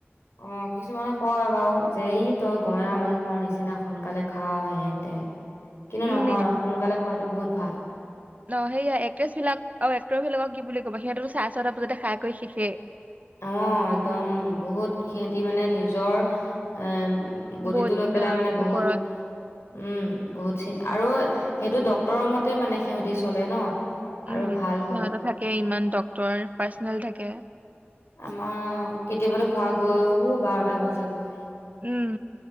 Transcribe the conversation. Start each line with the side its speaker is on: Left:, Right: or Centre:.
Left: অ কিছুমানে কয় বাৰু। যে ই তই গঞা মানুহৰ নিচিনা সোনকালে খাও হেন তেন। কিন্তু
Right: উম
Left: নহয় সোনকালে খোৱাতটো বহুত ভাল।
Right: ন সেইয়া এক্ট্ৰেছ বিলাক আৰু এক্টৰ বিলাকক কি বুলি ক'বা সিহঁতেতো চাৰে ছটা বজাতে খাই আকৌ শেখেই।
Left: অ একদম বহুত সিহতি মানে নিজৰ এ। বডিটো
Right: বহুত
Left: লৈ পেলাই মানে বহুত
Right: ওপৰত
Left: উম বহুত চিন। আৰু সেইটো ডক্তৰৰ মতে মানে সিহঁতি চলে ন। আৰু
Right: উম সিহঁতে
Left: ভাল হয়।
Right: থাকে ইমান টকাৰ। ডক্তৰ পাৰ্চনেল থাকে।
Left: আমাৰ কেতিয়াবাতো খোৱা গৈ বাৰটা বাজে গৈ।
Right: উম